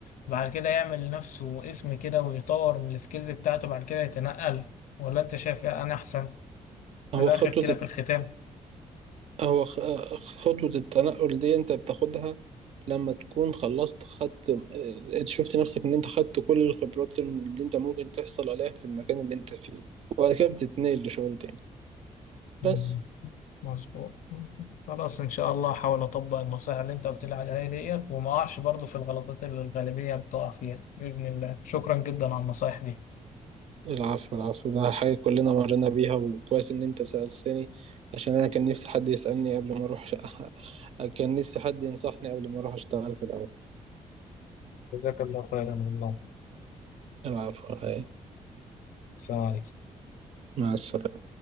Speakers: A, on the left; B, on the right.
A: بعد كده يعمل لنفسه اسم كده ويطور من السكيلز بتاعته بعد كده يتنقل ولا أنت شايف إيه أنا أحسن في
B: هو
A: الآخر
B: خطوة
A: كده في الختام
B: هو خ- خطوة التنقل دي انت بتاخدها لما تكون خلصت خدت اه، شفت نفسك ان انت خدت كل الخبرات اللي انت ممكن تحصل عليها في المكان اللي انت فيه وبعد كده بتتنقل لشغل تاني
A: مم.
B: بس
A: مظبوط مم. خلاص إن شاء الله هحاول أطبق النصائح اللي أنت قلت لي عليها ديت وما أقعش برضه في الغلطات اللي الغالبية بتقع فيها بإذن الله شكرا جدا على النصائح دي
B: العفو العفو ده حاجة كلنا مرينا بيها وكويس ان انت سألتني عشان انا كان نفسي حد يسألني قبل ما اروح <laughs> كان نفسي حد ينصحني قبل ما اروح اشتغل في الاول
A: جزاك الله خيرا والله
B: العفو هاي
A: السلام عليكم
B: مع السلامة